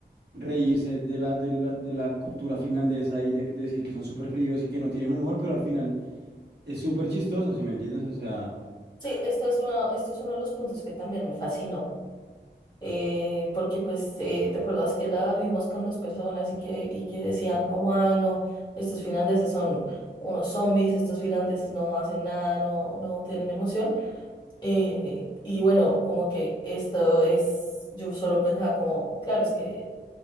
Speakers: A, on the right (about 65°); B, on the left (about 25°).
A: reírse de la, de la, de la cultura finlandesa y de, de decir que son súper fríos y que no tienen humor, pero al final es súper chistoso, si me entiendes? O sea,
B: Sí, esto es uno, esto es uno de los puntos que también me fascinó, eh, porque pues eh, te acuerdas que la vimos con dos personas y que, y que decían como, ay no, estos finlandeses son unos zombies, estos finlandeses no hacen nada, no, no tienen emoción. Eh, y bueno, como que esto es, yo solo pensaba como, claro, es que